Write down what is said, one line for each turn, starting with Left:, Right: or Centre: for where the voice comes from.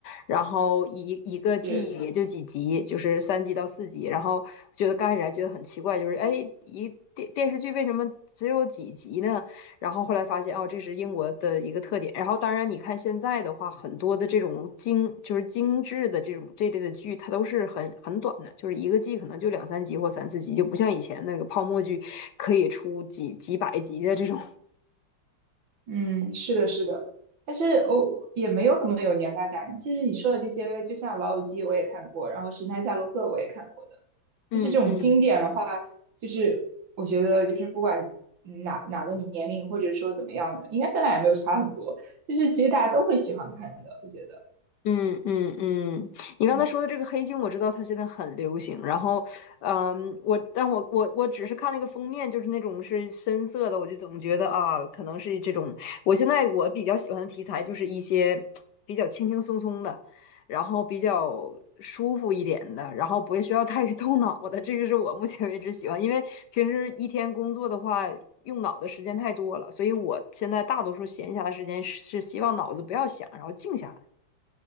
Left: 然后一一个季也就几集，
Right: 是，
Left: 就是三集到四集。然后觉得刚开始还觉得很奇怪，就是哎，一电电视剧为什么只有几集呢？然后后来发现，哦，这是英国的一个特点。然后当然，你看现在的话，很多的这种精就是精致的这种这类的剧，它都是很很短的，就是一个季可能就两三集或三四集，就不像以前那个泡沫剧可以出几几百集的这种。
Right: 嗯，是的，是的。但是我、也没有那么有年代感。其实你说的这些，就像《老友记》我也看过，然后《神探夏洛克》我也看过的，
Left: 嗯
Right: 就是这种经典的话，
Left: <laughs> 嗯。
Right: 就是我觉得就是不管嗯哪哪个年龄或者说怎么样的，应该咱俩也没有差很多，就是其实大家都会喜欢看的，我觉得。
Left: 嗯嗯嗯，你刚才说的这个黑镜，
Right: 嗯。
Left: 我知道它现在很流行。然后，嗯，我但我我我只是看了一个封面，就是那种是深色的，我就总觉得啊，可能是这种。我现在我比较喜欢的题材就是一些比较轻轻松松的，然后比较舒服一点的，然后不需要太动脑的。这个是我目前为止喜欢，因为平时一天工作的话。用脑的时间太多了，所以我现在大多数闲暇的时间是是希望脑子不要想，然后静下来。